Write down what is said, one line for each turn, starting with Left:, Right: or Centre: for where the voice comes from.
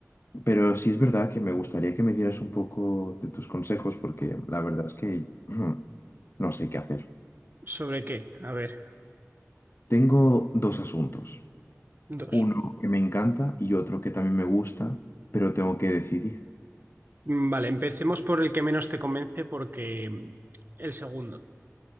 Left: Pero sí es verdad que me gustaría que me dieras un poco de tus consejos, porque la verdad es que mm, no sé qué hacer.
Right: ¿Sobre qué? A ver,
Left: Tengo dos asuntos.
Right: dos.
Left: Uno que me encanta y otro que también me gusta, pero tengo que decidir.
Right: Mm, Vale, empecemos por el que menos te convence porque mm, el segundo.